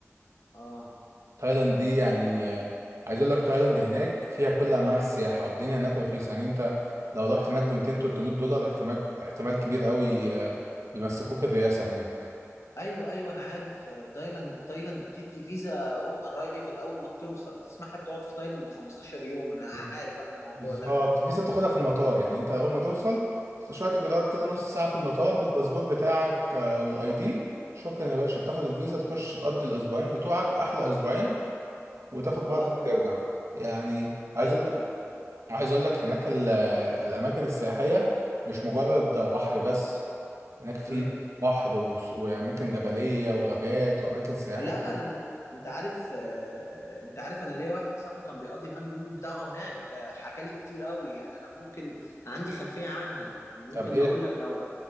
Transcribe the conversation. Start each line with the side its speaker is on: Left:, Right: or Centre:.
Left: اه
Right: تايلاند دي يعني آه، عايز اقول لك تايلاند هناك فيها كل انواع السياحة والدنيا هناك رخيصة يعني انت لو رحت هناك ب 200 300 دولار احتمال احتمال كبير قوي آه، يمسكوك الرئاسة هناك
Left: ايوه ايوه انا عارف آه، تايلاند تايلاند بتدي فيزا اون ارايفل اول ما بتوصل بتسمح لك تقعد في تايلاند 15 يوم انا عارف
Right: <laughs>
Left: انا الموضوع
Right: بالظبط
Left: ده
Right: الفيزا بتاخدها في المطار يعني انت اول ما توصل شويه اجراءات كده نص ساعه في المطار بالباسبور بتاعك آه، والاي دي شكرا يا باشا بتاخد الفيزا تخش تقضي الاسبوعين بتوعك احلى اسبوعين وتاخد بعضك
Left: اه
Right: وترجع يعني عايز
Left: ايوه
Right: اقول لك
Left: ايوه
Right: عايز اقول لك هناك ال- الاماكن السياحيه مش مجرد بحر بس هناك في
Left: امم
Right: بحر و- واماكن جبليه وغابات واماكن سياحيه
Left: لا انا انت عارف آه، انت عارف انا ليا واحد صاحبي كان بيقضي الهاني مون بتاعه هناك آه، حكى لي كتير قوي يعني انا ممكن عندي خلفية عنها ممكن
Right: طب ايه
Left: اقول لك لو